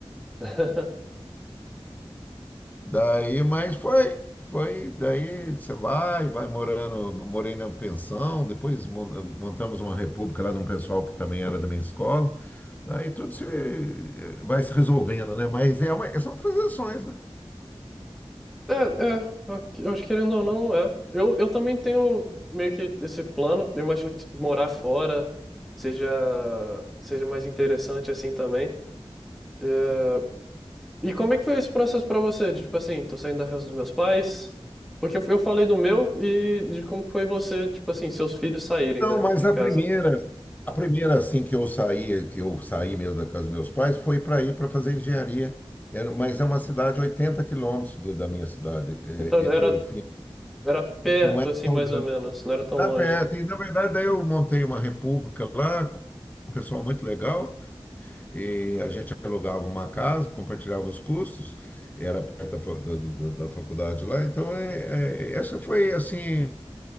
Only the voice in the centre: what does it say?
<laughs>
É, é, eu acho que querendo ou não, é. Eu, eu também tenho meio que esse plano. Eu imagino que morar fora seja, seja mais interessante assim também. É, E como é que foi esse processo pra você? De, tipo assim, tô saindo da casa dos meus pais? Porque eu eu falei do meu e de como que foi você, tipo assim, seus filhos saírem,
né,
de
casa.
Então
era,
era perto,
assim,
mais
ou menos, não era tão
longe.